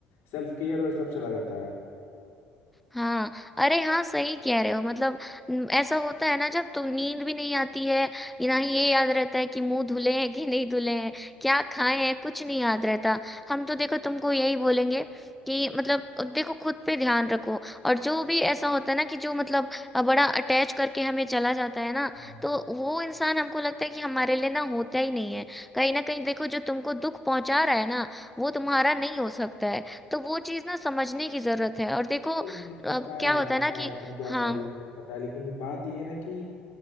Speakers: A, on the left; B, in the centre.
A: सेल्फ केयर और सब चला जाता है
B: हाँ अरे हाँ सही कह रहे हो मतलब न- ऐसा होता है ना जब तो नींद भी नहीं आती है ना ही ये याद रहता है कि मुंह धुले हैं कि नहीं धुले हैं क्या खाए हैं कुछ नहीं याद रहता हम तो देखो तुमको यही बोलेंगे कि मतलब देखो खुद पे ध्यान रखो और जो भी ऐसा होता है ना कि जो मतलब बड़ा अटैच करके हमें चला जाता है ना
A: हाँ
B: तो वो इंसान हमको लगता है कि हमारे लिए ना होता ही नहीं है कहीं ना कहीं देखो जो तुमको दुख पहुंचा रहा है ना वो तुम्हारा नहीं हो सकता है तो वो चीज ना समझने की जरूरत है और देखो
A: नहीं, मुझे
B: तो
A: पता
B: अब क्या
A: है
B: होता
A: पता
B: है ना कि
A: है तुम क्या
B: हाँ
A: कह रही हो मुझे पता है लेकिन बात ये है ना कि